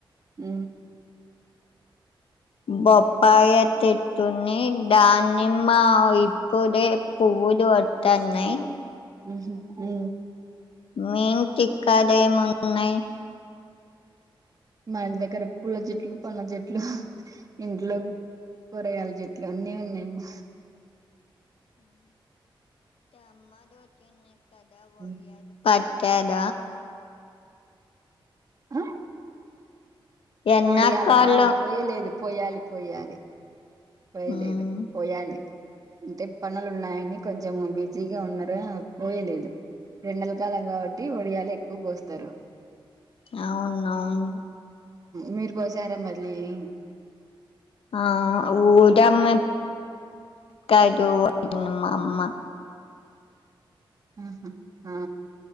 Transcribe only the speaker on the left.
బొప్పయ చెట్లున్నాయి దానిమ్మ ఇప్పుడే పూ పూలు వత్తాన్నయి
మీ ఇంటికాడేమున్నయి
<unintelligible> కేద
ఎన్నకాలం
ఉమ్
అవును అవును
ఆ ఊదమేం అక్కాదో ఉంది మా అమ్మ